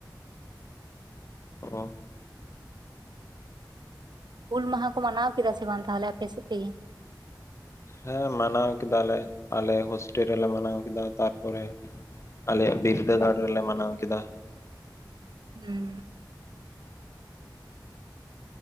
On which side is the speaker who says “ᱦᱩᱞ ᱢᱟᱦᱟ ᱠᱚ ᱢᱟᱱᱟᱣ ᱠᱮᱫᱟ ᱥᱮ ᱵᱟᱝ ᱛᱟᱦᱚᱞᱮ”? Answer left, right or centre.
Right